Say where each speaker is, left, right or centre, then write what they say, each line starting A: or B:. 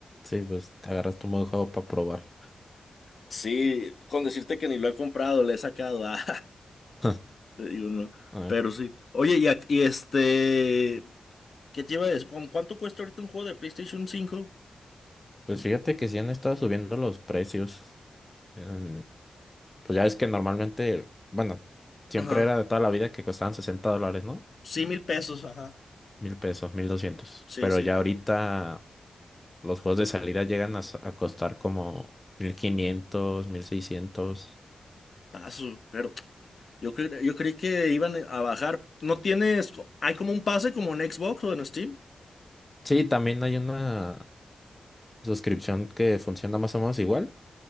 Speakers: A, on the left (about 15°); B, on the left (about 55°).
A: Sí, pues te agarras tu modo de juego para probar.
B: Sí, con decirte que ni lo he comprado, le he sacado. <laughs> ah,
A: <laughs>
B: te digo, no.
A: Ay,
B: Pero sí. Oye, y, ac- y este... ¿Qué te iba a decir? ¿Cuán- ¿Cuánto cuesta ahorita un juego de PlayStation cinco
A: Pues fíjate que sí han estado subiendo los precios. Em, pues ya es que normalmente, bueno, siempre
B: Ajá.
A: era de toda la vida que costaban 60 dólares, ¿no?
B: Sí, mil pesos, <laughs> ajá.
A: Mil pesos, mil doscientos.
B: Sí,
A: Pero
B: sí.
A: ya ahorita Los juegos de salida llegan a, s- a costar como mil quinientos mil seiscientos
B: Paso, pero yo, cre- yo creí que iban a bajar. ¿No tienes, co- hay como un pase como en Xbox o en Steam?
A: Sí, también hay una suscripción que funciona más o menos igual.